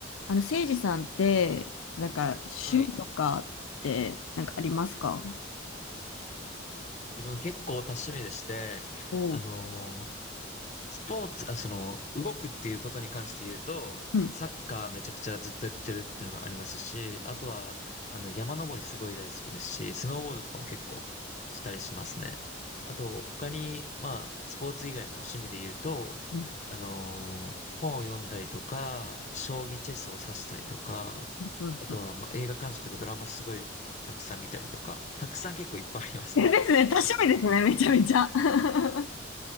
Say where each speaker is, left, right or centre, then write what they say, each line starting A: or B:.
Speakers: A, on the left (about 80°); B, on the left (about 35°).
A: あの、せいじさんって、なんか、趣味とかって、
B: はい。
A: なんかありますか
B: 自分結構多趣味でして、
A: おう。
B: あのースポーツ、あ、その、動くっていうことに関して言うと、
A: うん。
B: サッカーめちゃくちゃずっとやってるっていうのがありますし、あとは、あの、山登りすごい大好きですし、スノーボードとかも結構したりしますね。あと、他に、まあ、スポーツ以外の趣味で言うと、
A: うん。
B: あのー本を読んだりとか、将棋チェスを指したりとか、
A: うん。<laughs>
B: あとは、
A: うん
B: まあ、映画鑑賞とかドラマすごいたくさん見たりとか、たくさん結構いっぱいありますね。
A: えですね。多趣味ですね。めちゃめちゃ。<laughs>